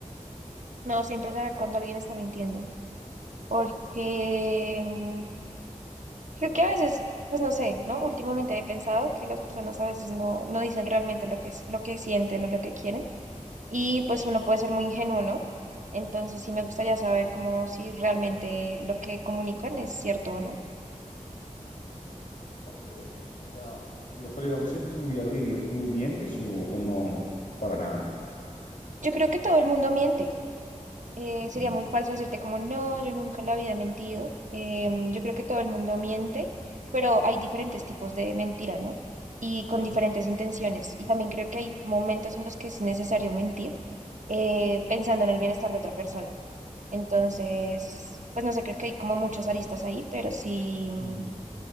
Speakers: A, on the right; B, on the left.
A: Me hago siempre saber cuando alguien está mintiendo. Porque mm, creo que a veces, pues no sé, ¿no? Últimamente he pensado que las personas a veces no, no dicen realmente lo que, es- lo que sienten o lo que quieren. Y pues uno puede ser muy ingenuo, ¿no? Entonces sí me gustaría saber cómo si realmente lo que comunican es cierto o no.
B: Ok, ok. O sea, diga- pero digamos en tu diario vivir, ¿tú mientes o, o no? Para nada.
A: Yo creo que todo el mundo miente. Eh, sería
B: Mm,
A: muy falso decirte como no, yo nunca en la vida he mentido. Em, yo creo que todo el mundo miente, pero hay diferentes tipos de mentira, ¿no? Y
B: Claro.
A: con diferentes intenciones. Y también creo que hay momentos en los que es necesario mentir eh, pensando en el bienestar de otra persona. Entonces, pues no sé, creo que hay como muchas aristas ahí, pero sí, mm,
B: Mm.